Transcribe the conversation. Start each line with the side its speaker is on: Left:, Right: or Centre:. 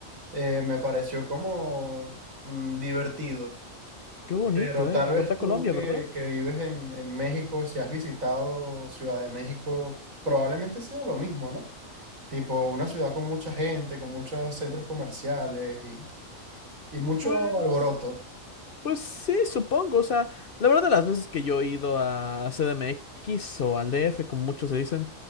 Right: eh, me pareció como mm, divertido.
Left: Qué bonito,
Right: Pero tal
Left: ¿eh? Bogotá,
Right: vez tú
Left: Colombia,
Right: que,
Left: ¿verdad?
Right: que vives en, en México, si has visitado Ciudad de México, probablemente sea lo mismo, ¿no? Tipo una ciudad con mucha gente, con muchos centros comerciales y, y mucho
Left: Pues...
Right: alboroto.
Left: Pues sí, supongo. O sea, la verdad, las veces que yo he ido a CDMX o al DF, como muchos se dicen,